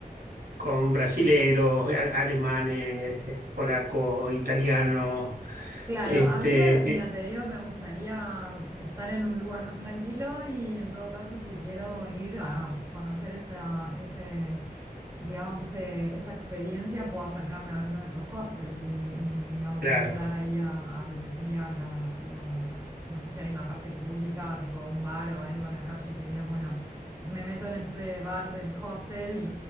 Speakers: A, on the right; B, on the right.
A: con brasileros, a- alemanes, polacos, italianos.
B: Claro,
A: Este,
B: a mí me, mira,
A: eh,
B: te digo, me gustaría um, estar en un lugar más tranquilo y en todo caso, si quiero ir a conocer esa, ese, digamos, ese, esa experiencia, puedo acercarme a alguno de esos hostels y, y, digamos,
A: claro,
B: entrar ahí a, a lo que sería la, la- no sé si hay una parte pública, tipo a un bar o algo a la calle que digas, bueno, me meto en este bar del hostel y,